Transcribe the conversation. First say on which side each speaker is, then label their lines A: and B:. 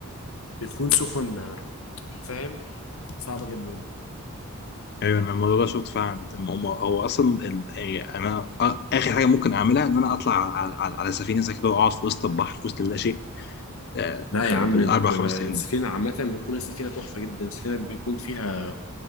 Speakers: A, on the left; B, on the left.
A: بتكون سفن آه، فاهم صعبه جدا
B: ايوه انا الموضوع ده شفت فعلا هم هم- هو اصلا ال- يعني انا آ- اخر حاجه ممكن اعملها ان انا اطلع على, على, على سفينه زي كده واقعد في وسط البحر في وسط اللا شيء آه،
A: لا يا
B: آه،
A: عم
B: بالاربع
A: بت-
B: خمس
A: السفينه
B: ايام
A: عامه بتكون السفينه تحفه جدا السفينه بيكون فيها